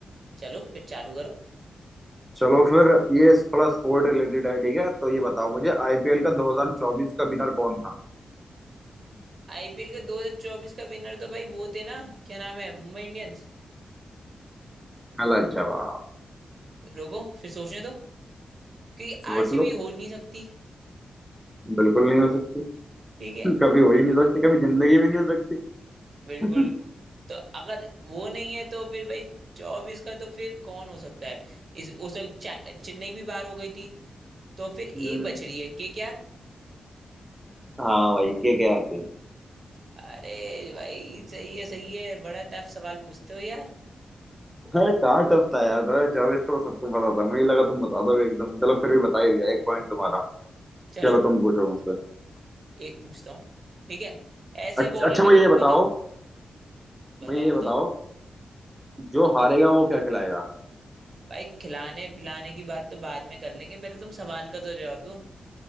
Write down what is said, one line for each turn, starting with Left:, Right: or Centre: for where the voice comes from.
Right: चलो फिर चालू करो
Centre: चलो फिर ये थोड़ा स्पोर्ट रिलेटेड है ठीक है तो ये बताओ मुझे आईपीएल का 2024 का विनर कौन था
Right: आईपीएल के 2024 का विनर तो भाई वो थे ना क्या नाम है मुंबई इंडियंस
Centre: गलत जवाब
Right: रुको फिर सोचने दो क्योंकि
Centre: सोच
Right: आरसीबी
Centre: लो
Right: हो नहीं सकती
Centre: बिल्कुल नहीं हो सकती
Right: ठीक है
Centre: <laughs> कभी हो ही नहीं सकती कभी जिंदगी में नहीं हो सकती
Right: बिल्कुल
Centre: <laughs>
Right: तो अगर वो नहीं है तो फिर भाई चौबीस का तो फिर कौन हो सकता है इस उस वक्त चा- चेन्नई भी बाहर हो गई थी तो फिर एक
Centre: हम्म,
Right: बच रही है के के आर।
Centre: हाँ भाई के के आर थी
Right: अरे भाई सही है सही है बड़ा टफ सवाल पूछते हो यार
Centre: अरे कहाँ टफ था यार 2024 का तो सबको पता था मुझे लगा तुम बता दोगे एकदम चलो फिर भी बता ही दिया एक पॉइंट तुम्हारा
Right: चलो
Centre: चलो तुम पूछो मुझसे
Right: एक पूछता हूँ ठीक है ऐसे
Centre: अच्छा
Right: बॉलर
Centre: अच्छा
Right: का
Centre: मुझे
Right: नाम
Centre: ये बताओ
Right: बताओ बताओ
Centre: मुझे ये
Right: बताओ
Centre: बताओ जो हारेगा वो क्या खिलाएगा
Right: भाई खिलाने पिलाने की बात तो बाद में कर लेंगे पहले तुम सवाल का तो जवाब दो